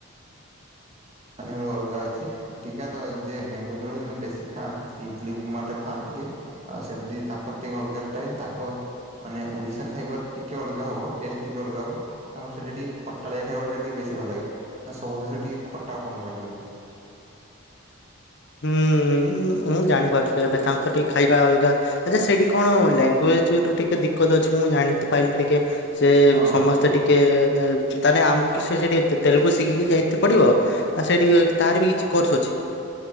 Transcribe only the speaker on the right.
ଆଜ୍ଞା ରୋ ଅଲଗା ଅଛି। ଟିକେ ତ ଯେ ବେଙ୍ଗଲୋରୁରେ ମାନେ ବେଶି ଖାଆନ୍ତି ଇଟଲି, ଉପମାଟା ଖାଆନ୍ତି କିଏ, ଆଉ ସେଠି ତାଙ୍କର ଟିକେ ଅଲଗା ଷ୍ଟାଇଲ ତାଙ୍କ ମାନେ ଓଡ଼ିଶା ଖାଇବା ଟିକେ ଅଲଗା ହବ ଟେଷ୍ଟ ଟିକେ ଅଲଗା ହବ। ତାଙ୍କର ସେଠି ଟିକେ ଖଟାଳିଆ ଖାଇବା ଟିକେ ବେଶୀ ଭଲ ଲାଗେ ମାନେ ସବୁ ଜିନଷ ଟିକେ ଖଟା ଆପଣଙ୍କୁ ଲାଗିବ।
ହଁ